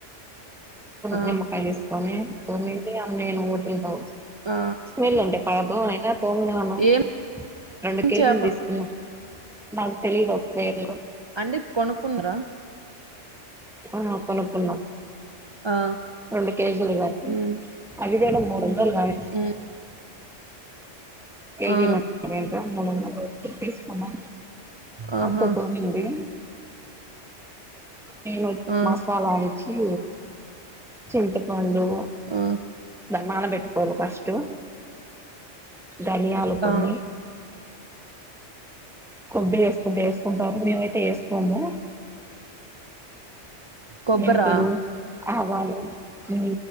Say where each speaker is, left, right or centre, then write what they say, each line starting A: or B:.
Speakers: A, on the right (about 45°); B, in the centre.
A: ఆ
B: నిమ్మకాయ తీసుకొని తొమ్మిది అ నేను టిలు
A: ఆ
B: వీలుండి పదం అయినా తోమిన్నాను
A: ఏం
B: రెండు కేజీలు
A: చేపలు
B: తీసుకున్నాం నాకు తెలిదు వేర్
A: అండీ కొనుకున్నారా
B: ఆ కొనుక్కున్నాం
A: ఆ
B: రెండు కేజీలు కానీ
A: ఉమ్
B: అదిగడ మూడు వందలు కానీ
A: ఉమ్
B: కేజీంట
A: ఆ
B: మూడు వందలకు తీసుకున్నాం
A: ఆహా
B: అత్త తోమింది నేను
A: ఆ
B: మసాలాడిచి చింతపండు
A: ఆ
B: నాన పెట్టుకోవాలి ఫస్టు ధనియాలు కొన్ని
A: ఆ
B: కొబ్బరి వేసుకుంటే వేసుకుంటారు మేమైతే వేసుకోము
A: కొబ్బరా
B: మెంతులు ఆవాలు ఉ